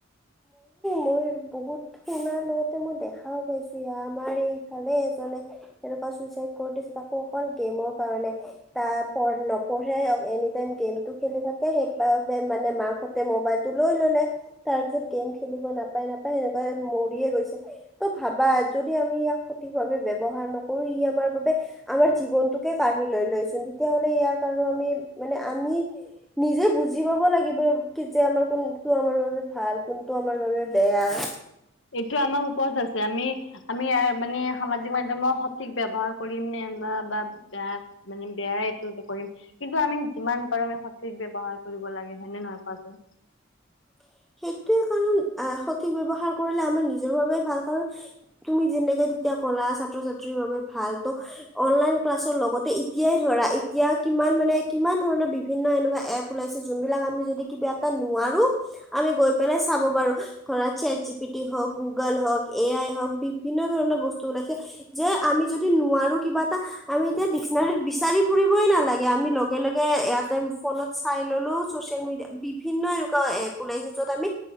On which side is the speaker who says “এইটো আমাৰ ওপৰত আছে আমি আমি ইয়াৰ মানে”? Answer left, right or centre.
Left